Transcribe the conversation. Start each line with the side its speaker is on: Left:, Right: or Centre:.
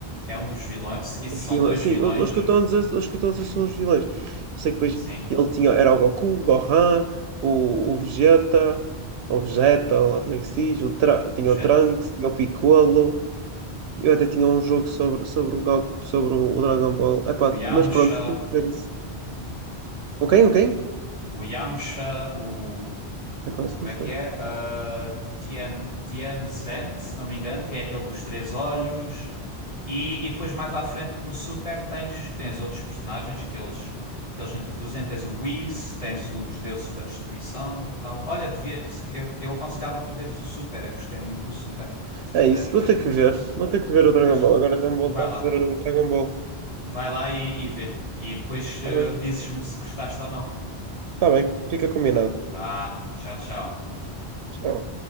Left: É um dos vilões. Esses
Right: os
Left: são
Right: vilões.
Left: dois
Right: Sim,
Left: vilões.
Right: os, os que eu estou a dizer, os que eu estou a dizer são os vilões. Eu sei que depois
Left: Sim,
Right: ele tinha, era o Goku, o Gohan, o, o Vegeta, ou Vegeta, ou lá como é que se diz, o Tra- tinha
Left: Vegeta.
Right: o Trunks, tinha o Piccolo. Eu até tinha um jogo sobre, sobre o Goku, sobre o, o Dragon Ball. Epá,
Left: O Yamcha.
Right: mas pronto, tenho que ver isso. O quem?
Left: O,
Right: O quem?
Left: o Yamcha, o, o.
Right: Epá, isso
Left: Como
Right: não
Left: é
Right: sei.
Left: que é? Ah, Tien, Tianzhen, se não me engano, que é aquele dos três olhos. E, e depois mais à frente no Super tens, tens outros personagens que eles, que eles introduzem. Tens o Whis, tens os Deuses da Destruição e tal. Olha, devia, se- eu, eu aconselhava-te a veres o Super. Eu gostei muito do Super, se quiseres
Right: É isso, vou
Left: ver.
Right: ter que ver. Vou ter que ver o Dragon
Left: Pois,
Right: Ball. Agora deu-me vontade
Left: vai lá.
Right: de ver o Dragon Ball.
Left: Vai lá e, e vê. E depois eh,
Right: Tá bem,
Left: dizes-me se gostaste ou não.
Right: tá bem, fica combinado.
Left: Vá, tchau, tchau.
Right: Tchau.